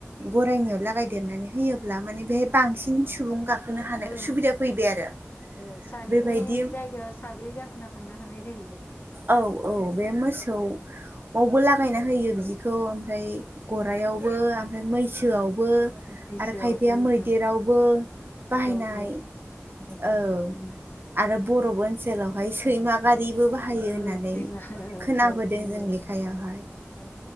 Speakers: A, on the right (about 50°); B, on the left (about 45°).
A: गरायनियाव लागायदेरनानै होयोब्ला माने बेहाय बांसिन सुबुं गाखो खोनो हानाय
B: ओं
A: सुबिदा फैबाय आरो
B: ओ सानैनि
A: बेबायदि
B: जायगायाव साब्रै गाखोना थांनो हानाय जायो
A: औ औ बे मोसौआवबो लागायना होयो बिदिखौ ओमफ्राय
B: ओ
A: गराइआवबो
B: ओ
A: ओमफ्राय मैसोआवबो
B: मैसोआवबो
A: आरो खायफाया मैदेरावबो
B: ओ जेरावबो
A: बाहायनाय
B: ओ
A: औ
B: उम
A: आरो बरफ ओनसोलावहाय सैमा गारिबो बाहाय यो होननानै
B: ओ सैमा औ
A: खोनाबोदों
B: औ नंगौ
A: जों लेखायावहाय
B: नंगौ ओ